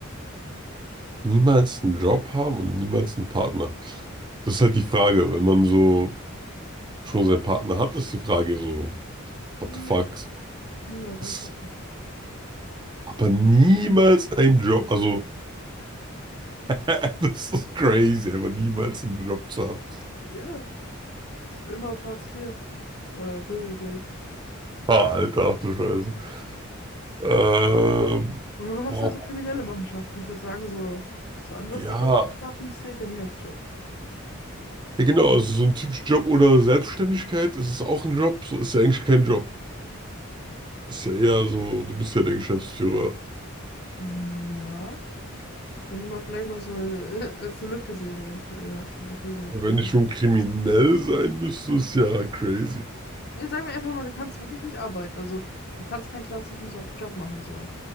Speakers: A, on the right; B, on the left.
A: Niemals einen Job haben und niemals einen Partner. Das ist halt die Frage. Wenn man so schon seinen Partner hat, ist die Frage so, what
B: Nee,
A: the fuck?
B: niemals
A: Ist
B: einen Partner.
A: aber niemals ein Job. Also, <laughs> das ist crazy, aber niemals einen Job zu haben.
B: Ja, ist für immer auf Hartz IV oder Bürgergeld.
A: Ah, Alter, ach du Scheiße. Ähm,
B: Oder du machst
A: boah,
B: halt so kriminelle Machenschaften. Ich würde sagen, so, so anders
A: ja.
B: die Geld zu schaffen, zählt ja nicht als Job.
A: Ja, genau, also so ein typischer Job oder Selbstständigkeit, ist es auch ein Job? So ist ja eigentlich kein Job. Ist ja eher so, du bist ja der Geschäftsführer.
B: Mm, Ja. Könnte man vielleicht noch so äh, als eine Lücke sehen, eventuell, ja, je nach Regeln.
A: Wenn ich schon kriminell sein müsste, ist ja crazy.
B: Nee, sag mir einfach mal, du kannst wirklich nicht arbeiten. Also, du kannst keinen klassischen so Job machen, so.